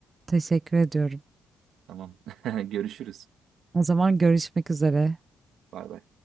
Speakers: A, on the right; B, on the right.
A: Teşekkür ediyorum.
B: Tamam. <laughs> Görüşürüz.
A: O zaman görüşmek üzere.
B: Bay bay.